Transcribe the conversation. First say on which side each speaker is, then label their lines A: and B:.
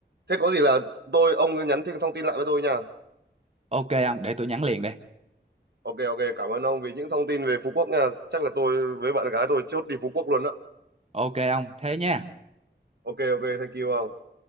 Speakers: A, on the right; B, on the right.
A: thế có gì là tôi ông cứ nhắn thêm thông tin lại với tôi nha
B: ok ông để tôi nhắn liền đây
A: ok ok cảm ơn ông vì những thông tin về Phú Quốc nha chắc là tôi với bạn gái tôi chốt đi Phú Quốc luôn đó
B: ok ông thế nha
A: ok ok thank you ông